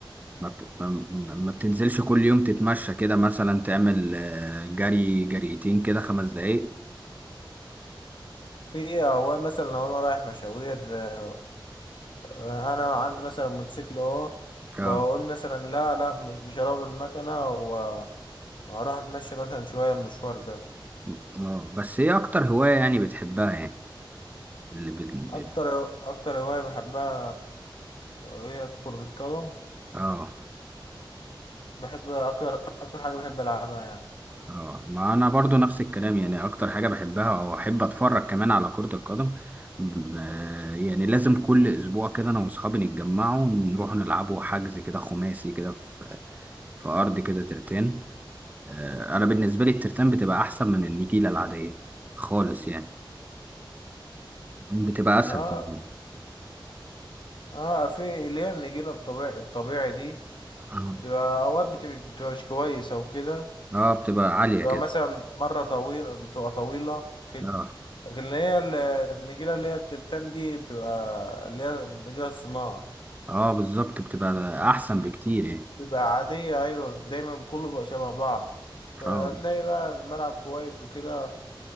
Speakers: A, on the right (about 20°); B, on the left (about 65°).
A: ما بت... ما ما- ما بتنزلش كل يوم تتمشى كده مثلا تعمل آه، جري جريتين كده خمس دقايق
B: في أوقات مثلا لو أنا رايح مشاوير آه، انا عندي مثلا موتوسيكل اهو بقول
A: اه
B: مثلا لا لا م- مش هروح بالمكنه و- وهروح اتمشى مثلا شويه المشوار ده
A: اه بس ايه اكتر هواية يعني بتحبها يعني اللي بال... بال-
B: اكتر اكتر هوايه بحبها هي كره القدم
A: اه
B: بحب اكتر اكتر حاجه بحب العبها يعني
A: اه ما انا برضو نفس الكلام يعني اكتر حاجة بحبها او احب اتفرج كمان على كرة القدم ب- يعني لازم كل اسبوع كده انا واصحابي نتجمعوا ونروح نلعبوا حجز كده خماسي كده في في ارض كده ترتان آه، انا بالنسبة لي الترتان بتبقى احسن من النجيلة العادية خالص يعني بتبقى اسهل
B: اه
A: كمان
B: اه في اللي هي النجيله الطبيعي الطبيعي دي
A: اه
B: بتبقى اوقات بت- بتبقى مش كويسه وكده
A: آه، بتبقى عالية
B: تبقى
A: كده
B: مثلا مرة طويلة بتبقى طويلة كده
A: اه
B: لكن اللي هي ال- النجيلة اللي هي الترتان دي بتبقى اللي هي النجيلة الصناعة
A: اه بالظبط بتبقى احسن
B: دي
A: بكتير يعني
B: بتبقى عادية أيوة دايما كله بيبقى شبه بعض فتلاقي
A: اه
B: بقى الملعب كويس وكده